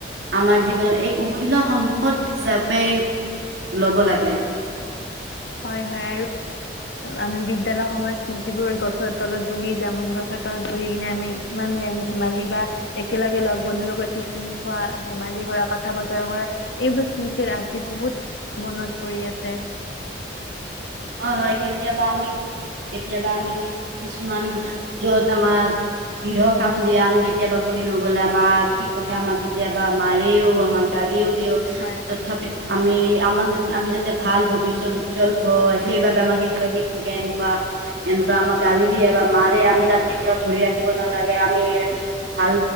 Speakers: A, on the right; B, on the left.
A: আমাৰ জীৱনৰ এক অমূল্য সম্পদ হিচাপে লব লাগে
B: হয় হয় আৰু বিদ্যালয় সময়ৰ স্মৃতিবোৰ গছৰ তলত বহি জামুন গছৰ তলত বহি কিনে আমি ইমান ৰং ধেমালি বা একেলগে লগ বন্ধুৰ লগত টিফিন খোৱা ধেমালি কৰা কথা বতৰা কৰা এইবোৰ স্মৃতিত আজি বহুত মনত পৰি আছে।
A: হয় হয় কেতিয়াবা আমি কেতিয়াবা আমি কিছুমান যত আমাক গৃহ কাম দিয়ে আমি কেতিয়াবা কৰি নগলে আমাক শিক্ষকে আমাক কেতিয়াবা মাৰেও আমাক গালিও
B: হয়
A: তথাপি আমি। আমাক যে আমি যাতে ভাল ভৱিষ্যত উজ্জ্বল হয় সেইবাবে আমাক কেতিয়াবা শিক্ষকে এনেকুৱা এনেকুৱা আমাক গালি দিয়ে বা মাৰে আমি তাত কেতিয়াও ধৰি ৰাখিব নালাগে আমি ভাল